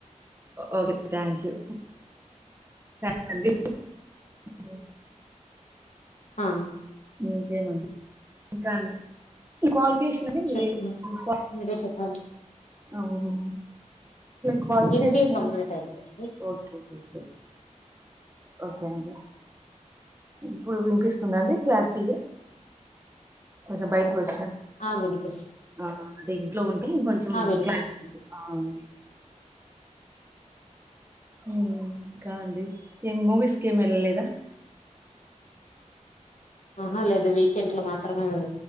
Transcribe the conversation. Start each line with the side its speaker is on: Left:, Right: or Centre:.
Right: ఓకే థ్యాంక్ యూ థ్యాంక్స్ అండి ఓ
Left: ఆ
Right: ఇంకేం అండి ఇంకా అండి క్వాలిఫికేషన్ మీది
Left: చెప్పు
Right: ఇంకా
Left: మీరే చెప్పాలి
Right: ఓహో క్వాలిఫికేషన్
Left: ఎంబీఏ కంప్లీట్ అయిపోయింది
Right: ఓకే ఓకే ఓకే అండి ఇప్పుడు వినిపిస్తుందా అండి క్లారిటీగా కొంచెం బయటకు వొ
Left: ఆ వినప
Right: ఆ అదే ఇంట్లో ఉంటే ఇంకొంచెం
Left: ఆ వినిపిస్తుంది
Right: క్లారిటీ ఉండదు మ్మ్ ఇంకా అండి ఏం మూవీస్ కి ఏమ్ వెళ్ళలేదా
Left: ఆహా లేదా వీకెండ్ లో మాత్రమే వెళ్